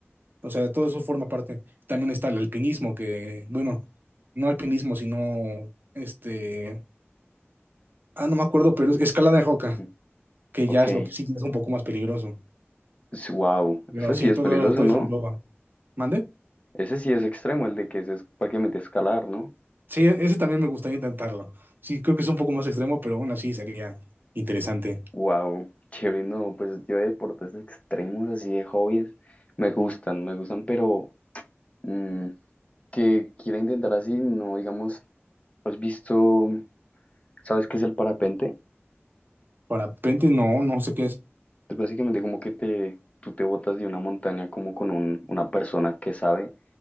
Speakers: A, on the right (about 45°); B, on the left (about 30°).
A: o sea, todo eso forma parte. También está el alpinismo, que, bueno, no alpinismo, sino este, ah, no me acuerdo, pero es escalada de roca,
B: ujú,
A: que
B: Ok.
A: ya es lo que sí es un poco más peligroso.
B: Wow,
A: Pero
B: ese
A: sí,
B: sí es
A: todo,
B: peligroso,
A: todo
B: ¿no?
A: eso engloba. ¿Mande?
B: Ese sí es extremo, el de que ese es prácticamente escalar, ¿no?
A: Sí, e- ese también me gustaría intentarlo. Sí, creo que es un poco más extremo, pero aún así sería interesante.
B: Wow, chévere, no, pues yo de deportes extremos, así de hobbies, me gustan, me gustan, pero mm, que quiera intentar así, no, digamos, has visto, ¿sabes qué es el parapente?
A: Parapente, no, no sé qué es.
B: Es básicamente como que te, tú te botas de una montaña como con un- una persona que sabe